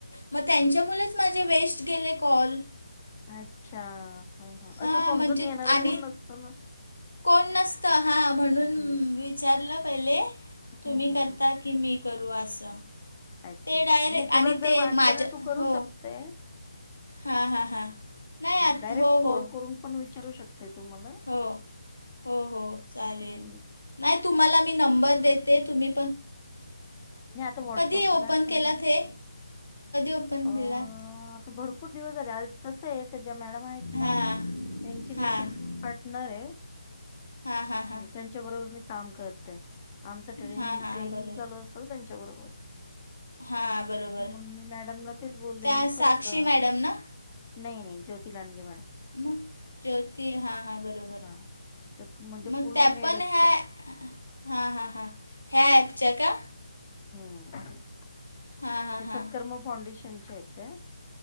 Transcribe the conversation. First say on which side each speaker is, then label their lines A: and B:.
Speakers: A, on the left (about 75°); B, on the left (about 25°).
A: मग त्यांच्या मुळं माझे वेस्ट गेले कॉल
B: अच्छा हा हा
A: हां,
B: असं समजून
A: म्हणजे
B: घेणार
A: आणि
B: कोण नसतं ना
A: कोण नसतं हां म्हणून
B: हं.
A: विचारलं पहिले तुम्ही
B: हं, हं,
A: करतात
B: हं.
A: कि ममी करू असं
B: अच्छा
A: ते
B: अच्छा
A: डायरेक्ट
B: नाही तुला
A: आणि
B: जर
A: ते
B: वाटलं
A: माझ्या
B: ना तू करू
A: हो.
B: शकतेय
A: हां, हां, हां. नाही आत
B: डायरेक्ट
A: हो,
B: कॉल
A: हो.
B: करून पण विचारू शकते तू मला
A: हो हो हो चालेल
B: हं.
A: नाही तुम्हाला मी नंबर देते तुम्ही
B: नाही आता
A: कधी ओपन
B: आहे
A: केलात
B: ना
A: हे आपण
B: अ,
A: दिला
B: आता भरपूर दिवस झाले आज कसं आहे त्या ज्या मॅडम आहेत ना
A: हां
B: त्यांची मी
A: हां
B: टीम पार्टनर आहे
A: हां हां
B: हम्म
A: हां
B: त्यांच्या बरोबर मी काम करते आमच ट्रेनि
A: हां हां
B: ट्रेनिंग
A: बरोबर
B: चालू असत त्यांच्याबरोबर
A: हां बरोबर
B: मग मी मॅडमला तेच बोलले
A: त्या
B: मी करू
A: साक्षी
B: का?
A: मॅडम ना
B: नाही नाही ज्योती लानग मॅडम
A: मग ज्योती हां हां बरोबर
B: हां. ते म्हणजे
A: मग
B: पूर्ण
A: त्या
B: हेड
A: पण
B: आहेत
A: ह्या
B: त्या.
A: हां हां हां ह्या ॲपच्या का
B: हम्
A: हां हां
B: ते सत्कर्म
A: हां
B: फाउंडेशनचे आहेत त्या